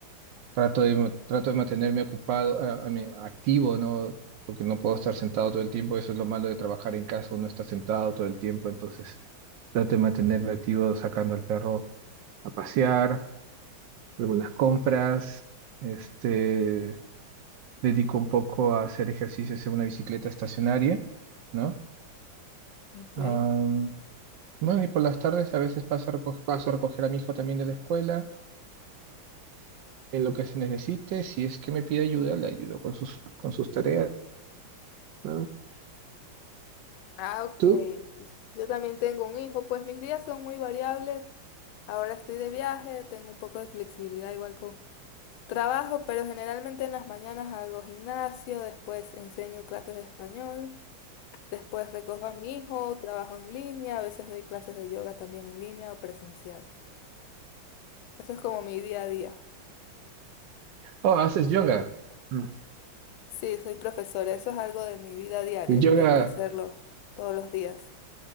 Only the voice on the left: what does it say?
Okay.
Ah, ok.
Yo también tengo un hijo, pues mis días son muy variables. Ahora estoy de viaje, tengo un poco de flexibilidad igual con Trabajo, pero generalmente en las mañanas hago gimnasio, después enseño clases de español, después recojo a mi hijo, trabajo en línea, a veces doy clases de yoga también en línea o presencial. Eso es como mi día a día.
Sí, soy profesora, eso es algo de mi vida diaria,
intento hacerlo todos los días.